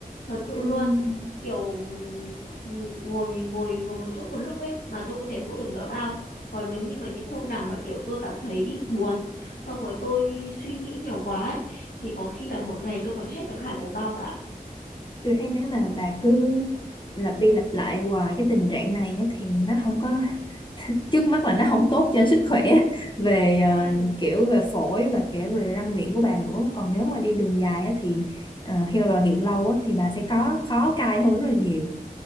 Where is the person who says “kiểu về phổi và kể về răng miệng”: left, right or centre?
Left